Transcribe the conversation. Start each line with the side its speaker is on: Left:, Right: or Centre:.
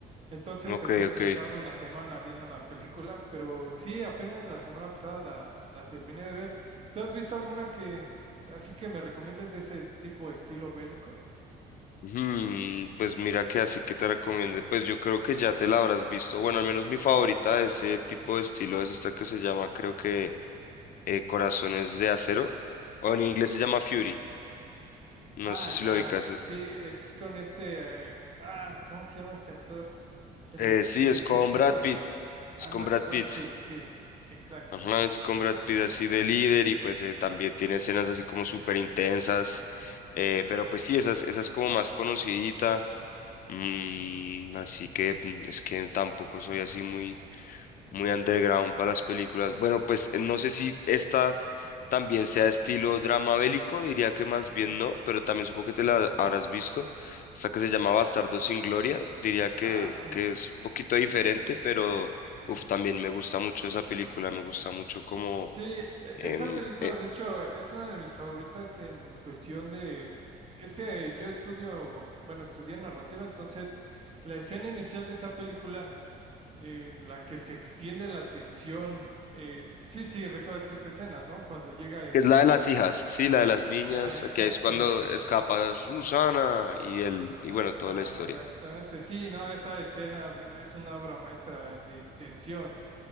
Right: Entonces,
Left: ok,
Right: así
Left: ok.
Right: me tardo una semana viendo una película, pero sí, apenas la semana pasada la, la terminé de ver. ¿Tú has visto alguna que, así que me recomiendes de ese tipo de estilo bélico?
Left: Hmm, pues mira que así que te recomiendo. Pues yo creo que ya te la habrás visto. Bueno, al menos mi favorita de ese tipo de estilo es esta que se llama, creo que eh, Corazones de Acero. O en inglés se llama Fury. No
Right: Ah,
Left: sé si
Right: ya,
Left: lo ubicas.
Right: sí, es con este, eh, ah, ¿cómo se llama este actor? El,
Left: Eh,
Right: es-
Left: sí,
Right: el
Left: es
Right: ex
Left: con
Right: esposo
Left: Brad
Right: de,
Left: Pitt. Es
Right: ándale,
Left: con Brad
Right: Brad
Left: Pitt.
Right: Pitt, sí, exactamente.
Left: Ajá, es con Brad Pitt así de líder y pues eh, también tiene escenas así como súper intensas. Eh, pero pues sí, esas, esas como más conocidita. Mm,
Right: Ujú.
Left: así que mm, es que tampoco soy así muy muy underground para las películas. Bueno, pues eh, no sé si esta también sea estilo drama bélico, diría que más bien no, pero también supongo que te la habrás visto. Esta que se llama Bastardo sin Gloria, diría que,
Right: Ah, sí.
Left: que es un poquito diferente, pero uf, también me gusta mucho esa película, me gusta mucho como...
Right: Sí, e-
Left: em,
Right: esa película
Left: eh,
Right: de hecho es una de mis favoritas en cuestión de... Es que yo estudio, bueno, estudié narrativa, entonces la escena inicial de esa película en la que se extiende la tensión, eh, sí, sí, recuerdas esa escena, ¿no? Cuando llega el...
Left: es la de las hijas, sí, la de las niñas,
Right: Ajá, exactamente.
Left: que es cuando escapa Susana y el, y
Right: A-
Left: bueno, toda
Right: Ajá,
Left: la historia.
Right: exactamente. Sí, no, esa escena es una obra maestra de tensión